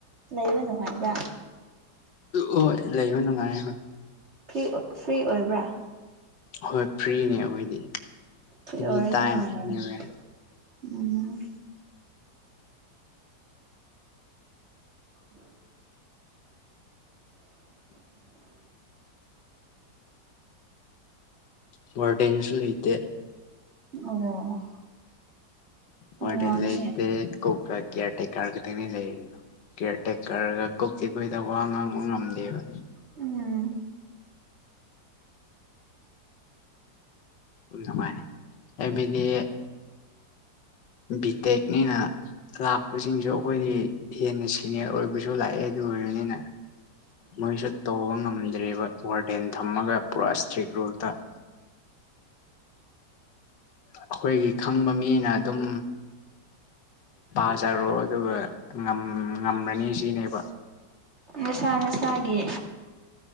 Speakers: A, on the right; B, on the left.
A: ꯂꯩꯕ ꯅꯅꯨꯡꯉꯥꯏꯕ
B: ꯍꯣꯏ ꯂꯩꯕ ꯅꯨꯡꯉꯥꯏꯔꯦ ꯍꯣꯏ
A: ꯐꯔꯤ ꯐ꯭ꯔꯤ ꯑꯣꯏꯕ꯭ꯔꯥ
B: ꯍꯣꯏ ꯐ꯭ꯔꯤꯅꯦ ꯑꯩꯈꯣꯏꯗꯤ
A: ꯐ꯭ꯔꯤ
B: ꯑꯦꯅꯤ
A: ꯑꯣꯏꯔꯗꯤ
B: ꯇꯥꯏꯝ
A: ꯅꯨꯡꯉꯥꯏꯔꯅꯤ
B: ꯑꯦꯅꯤꯋꯦ
A: ꯎꯝ ꯎ
B: <inaudible> ꯋꯥꯔꯗꯦꯟꯁꯨ ꯂꯩꯇ
A: ꯑꯣ
B: ꯋꯥ
A: ꯅꯨꯡꯉꯥꯏꯅꯦ
B: ꯂꯩꯦ ꯀꯣꯛꯀꯤꯌꯥꯇꯦꯛ ꯀꯥꯔꯅꯤ ꯂꯩꯣ ꯀꯤꯌꯔ ꯇꯦꯛꯀꯔꯒ ꯀꯨꯞ ꯆꯤ ꯀꯨꯣꯏꯗ ꯋꯥ ꯉꯥꯡꯕ ꯉꯝꯗꯦꯕ
A: ꯎꯝ
B: ꯉꯥꯏ ꯑꯩꯕꯗꯤ ꯕꯤꯇꯦꯛꯦꯛꯅꯤꯅ ꯂꯥꯛꯄꯁꯤꯡꯁꯨ ꯑꯩꯈꯣꯏꯗꯤ ꯍꯦꯟꯅ ꯁꯤꯅꯤꯌꯔ ꯑꯣꯏꯕꯁꯨ ꯂꯥꯛꯑꯦ ꯑꯗꯨ ꯑꯣꯏꯔꯕꯅꯤꯅ ꯃꯣꯏꯁꯨ ꯇꯧꯕ ꯉꯝꯗ꯭ꯔꯦꯕ ꯋꯥꯔꯗꯦꯟ ꯊꯝꯃꯒ ꯄꯨꯔꯥ ꯏꯁꯇ꯭ꯔꯤꯛ ꯔꯨꯜꯗ ꯎ ꯑꯩꯈꯣꯏꯒꯤ ꯈꯪꯕ ꯃꯤꯅ ꯑꯗꯨꯝ ꯄꯥꯖꯔꯣ ꯑꯗꯨꯒ ꯉꯝꯃꯅꯤ ꯁꯤꯅꯦꯕ
A: ꯅꯁꯥ ꯅꯁꯥꯒꯤ